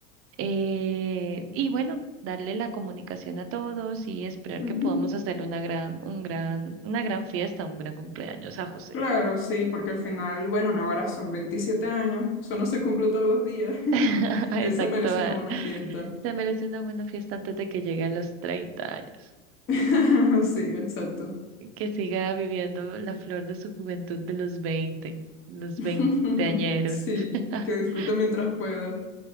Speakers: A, on the right (about 35°); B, on the left (about 35°).
A: eh, y bueno, darle la comunicación a todos y esperar
B: Ujú.
A: que podamos hacer una gran, un gran, una gran fiesta, un gran cumpleaños a José.
B: Claro, sí, porque al final, bueno, Navarra son 27 años, eso no se cumple todos los días. <laughs>
A: <laughs> Exacto.
B: Él se merece
A: va.
B: una buena fiesta.
A: Se merece una buena fiesta antes de que llegue a los 30 años.
B: <laughs> Sí, exacto.
A: Que siga viviendo la flor de su juventud de los 20, los
B: <laughs>
A: veinteañeros.
B: Sí,
A: <laughs>
B: que disfrute mientras pueda.